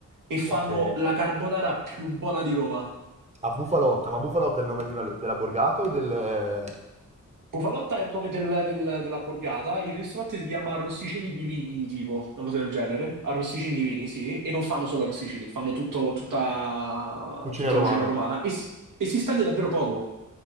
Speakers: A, on the right; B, on the right.
A: E fanno
B: Ok.
A: la carbonara più buona di Roma.
B: A Bufalotta, ma Bufalotta è il nome di una- della borgata o del
A: Bufalotta è il nome del- del- della borgata, il ristorante si chiama Arrosticini di Vini, tipo, una cosa del genere. Arrosticini di Vini, sì, e non fanno solo arrosticini, fanno tutto- tutta,
B: cucina
A: tutta
B: romana?
A: cucina romana e, si e si spende davvero poco.